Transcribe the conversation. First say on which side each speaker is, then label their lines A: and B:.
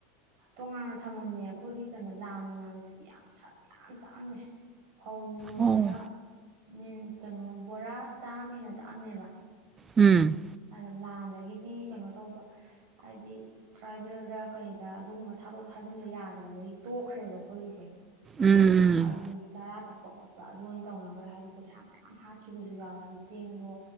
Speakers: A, on the right (about 65°); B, on the right (about 20°).
A: ꯇꯣꯉꯥꯟꯅ ꯊꯝꯃꯝꯃꯦ ꯑꯈꯣꯏꯒꯤ ꯀꯩꯅꯣ ꯂꯥꯟ ꯃꯃꯥꯡꯗꯗꯤ ꯌꯥꯝ <unintelligible> ꯌꯥꯝ ꯇꯥꯛꯑꯝꯃꯦ꯫ ꯐꯧ ꯅꯣꯡꯃꯗꯥ
B: ꯑꯣ
A: ꯃꯤꯟ ꯀꯩꯅꯣ ꯕꯣꯔꯥ ꯆꯥꯃ ꯍꯦꯟꯅ ꯇꯛꯑꯝꯃꯦꯕ
B: ꯎꯝ
A: ꯑꯗ ꯂꯥꯟꯗꯒꯤꯗꯤ ꯀꯩꯅꯣ ꯇꯧꯕ, ꯍꯥꯏꯗꯤ ꯇ꯭ꯔꯥꯏꯕꯦꯜꯗ ꯀꯩꯗ ꯑꯗꯨꯒꯨꯝꯕ ꯊꯥꯗꯣꯛ ꯊꯥꯖꯤꯟꯗꯣ ꯌꯥꯗꯕꯗꯒꯤ ꯇꯣꯛꯈ꯭ꯔꯦꯕ ꯈꯣꯏꯒꯤꯁꯦ꯫
B: ꯎꯝ
A: ꯑꯗꯨꯒꯤ ꯆꯔꯥ ꯊꯛ ꯄꯣꯛ ꯈꯣꯠꯄ ꯑꯗꯨ ꯑꯣꯏꯅ ꯇꯧꯅꯈ꯭ꯔꯦ ꯍꯥꯏꯗꯤ ꯄꯩꯁꯥ ꯃꯌꯥꯝ ꯍꯥꯠꯈꯤꯕꯁꯨ ꯌꯥꯎꯋꯦ ꯍꯥꯏꯗꯤ ꯆꯦꯡꯗꯣ